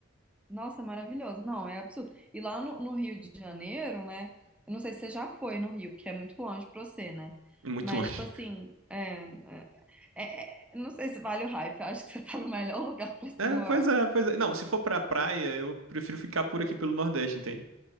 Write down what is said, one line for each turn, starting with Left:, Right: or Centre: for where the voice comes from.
Centre: Nossa, maravilhoso. Não, é absurdo. E lá no, no Rio de Janeiro, né? Eu não sei se você já foi no Rio, porque é muito longe pra você, né?
Right: Muito
Centre: Mas,
Right: <laughs> longe.
Centre: tipo assim, é, é, É, é, não sei se vale o hype, eu acho que você tá no melhor lugar pra se
Right: É,
Centre: morar.
Right: pois é, pois é. Não, se for pra praia, eu prefiro ficar por aqui pelo Nordeste, entende?